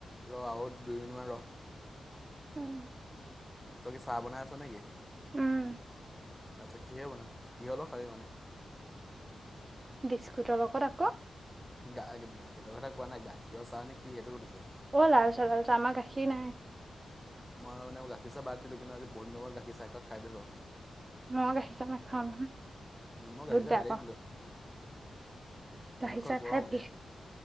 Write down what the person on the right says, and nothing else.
উম।
উম।
বিস্কুটৰ লগত আক।
অ', লালচা লালচা আমাৰ গাখীৰ নাই।
মই গাখীৰ চাহ নাখাওঁ।
বহুত
বেয়া
পাওঁ
গাখীৰ
চাহ
খাই বিষ